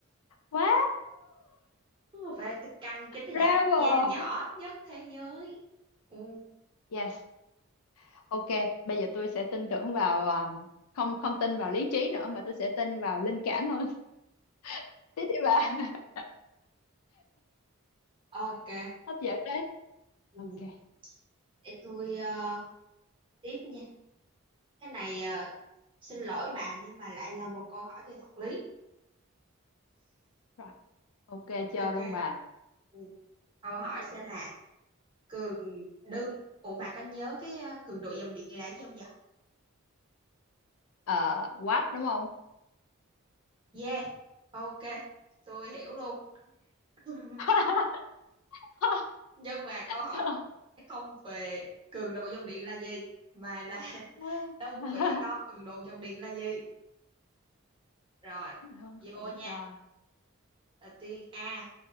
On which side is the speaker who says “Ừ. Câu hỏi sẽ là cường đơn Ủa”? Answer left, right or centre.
Right